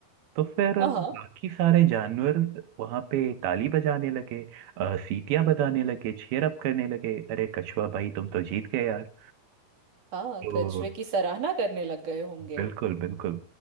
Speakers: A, on the right; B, on the right.
A: तो फिर
B: हाँ
A: बाकी सारे जानवर वहां पे ताली बजाने लगे अ, सीटियां बजाने लगे चीयर अप करने लगे अरे कछुआ भाई तुम तो जीत गए यार
B: हाँ हाँ,
A: तो
B: कछुए की सराहना करने लग गए होंगे
A: बिल्कुल बिल्कुल